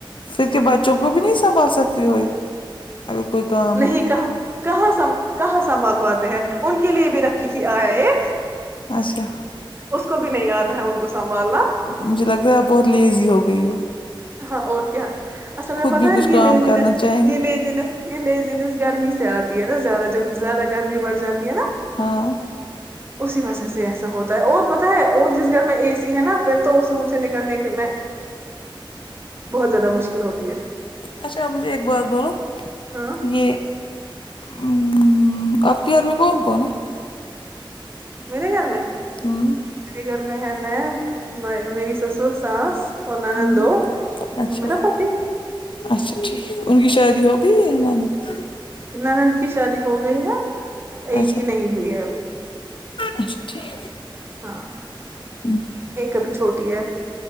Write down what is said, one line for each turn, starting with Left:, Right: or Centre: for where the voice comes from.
Left: پھر کے بچوں کو بھی نہیں سنبھال سکتی ہو اگر کوئی کام
Right: نہیں کہاں کہاں سا کہاں سنبھال پاتے ہیں ان کے لیے بھی رکھی تھی آیا ایک
Left: اچھا
Right: اس کو بھی نہیں آتا ہے ان کو سنبھالنا
Left: مجھے لگتا ہے آپ بہت لیزی ہو گئی ہو
Right: ہاں اور کیا اصل
Left: خود
Right: پتاہ
Left: بھی
Right: ہے
Left: کچھ کام
Right: یہ لیزینس
Left: کرنا چاہیے نا
Right: یہ لیزینس یہ نز گرمی سے آتی ہے نا زیادہ جب زیادہ گرمی بڑھ جاتی ہے نا
Left: ہاں
Right: اسی وجہ سے ایسا ہوتا ہے اور پتاہ ہے اور جس گھر میں اے سی ہے نا پھر تو اس روم سے نکلنے کے میں بہت زیادہ مشکل ہوتی ہے
Left: اچھا مجھے ایک بات بولو
Right: ہاں
Left: یہ ھممم آپکے گھر میں کون کون ہے
Right: میرے گھر میں
Left: ھمم
Right: میرے گھر میں ہے میں میری سسر ساس اور نانند
Left: ھمم
Right: دو اور
Left: اچھا
Right: میرا پتی
Left: اچھا ٹھیک ان کی شادی ہوگئی نانند کی
Right: نانند کی شادی ہو گئی ہے ایک
Left: اچھا
Right: ہی نہیں ہوئی ہے ابھی
Left: اچھا ٹھیک
Right: ہاں
Left: ہوں،
Right: ایک ابھی چھوٹی ہے